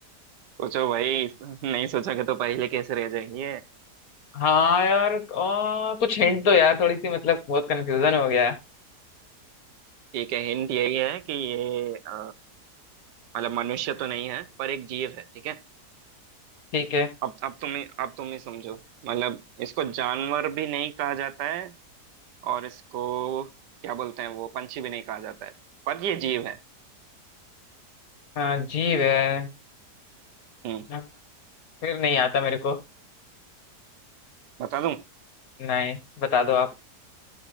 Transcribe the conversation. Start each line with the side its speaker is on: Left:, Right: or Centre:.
Right: सोचो भाई नहीं सोचोगे तो पहले कैसे रह जाएंगे
Left: हाँ यार आ, कुछ हिंट दो यार थोड़ी सी मतलब बहुत कंफ्यूजन हो गया है
Right: ठीक है हिंट यही है कि ये अ, मतलब मनुष्य तो नहीं है पर एक जीव है ठीक है
Left: ठीक है
Right: अब अब तुम ही अब तुम ही समझो मतलब इसको जानवर भी नहीं कहा जाता है और इसको क्या बोलते हैं वो पंछी भी नहीं कहा जाता है पर ये जीव है
Left: आ, जीव है
Right: हम्म
Left: आ, फिर नहीं आता मेरे को
Right: बता दूं
Left: नहीं बता दो आप